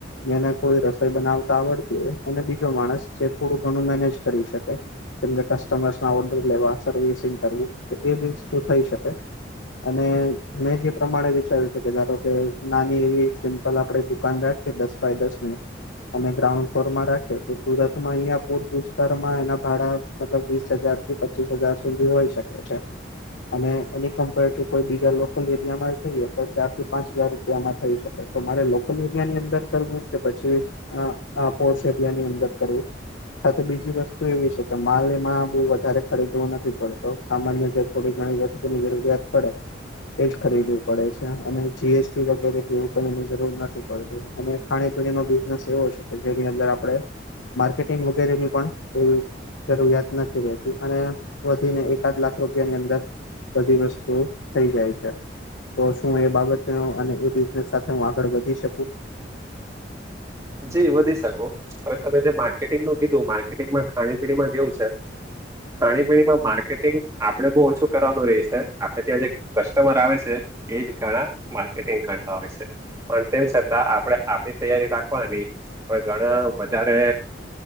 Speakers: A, on the left; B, on the right.
A: જેને થોડી રસોઈ બનાવતા આવડતી હોય અને બીજો માણસ જે થોડું ઘણું મેનેજ કરી શકે જેમ કે કસ્ટમર્સના ઓર્ડર લેવા સર્વિસિંગ કરવું તો એ બી વસ્તુ થઈ શકે અને મેં જે પ્રમાણે વિચાર્યું છે કે ધારો કે નાની એવી સિમ્પલ આપળે દુકાન રાખીએ દસ બાય દાસ ની અને ગ્રાઉન્ડ ફ્લોરમાં રાખે તો સુરતમાં ઐયા પોર્સ વિસ્તારમાં એના ભાળા મતલબ વીસ હજાર થી પચીસ હજાર સુધી હોઈ શકે છે અને એની કમ્પેર ટુ કોઈ બીજા લોકલ એરિયા માં જઈએ તો ચાર થી પાંચ હજાર રૂપિયામાં થઈ શકે તો તમારે લોકલ એરિયાની અંદર કરવું કે પછી અ અ પોર્સ એરિયાની અંદર કરવું સાથે બીજી વસ્તુ એવી છે કે માલ એમાં બો વધારે ખરીદવો નથી પડતો સામાન્ય જે થોડી ઘણી વસ્તુની જરૂરીયાત પડે એ જ ખરીદવું પડે છે અને જીએસટી વગેરે એવું પણ એનું જરૂર નથી પડતું અને ખાણી પીણી નો બિઝનેસ એવો છે કે જેની અંદર આપળે માર્કેટિંગ વગેરેની પણ એ જરૂરિયાત નથી રેતી અને વધીને એકાદ લાખ રૂપિયાની અંદર બધી વસ્ તું થઈ જાય છે તો શું એ બાબતે ઉ એને બિઝનેસ સાથે હું આગળ વધી શકું?
B: જી વધી શકો હવે તમે જે માર્કેટિંગનું કીધું માર્કેટિંગમાં ખાણી પીણીમાં કેવું સે ખાણી પીણીમાં માર્કેટિંગ આપળે બો ઓછું કરવાનું રેય સે આપળે ત્યાં જે કસ્ટમર આવે સે એજ ઘણા માર્કેટિંગ કરતા હોય સે પણ તેમ છતાં આપળે આપળી તૈયારી રાખવાની પણ ઘણા વધારે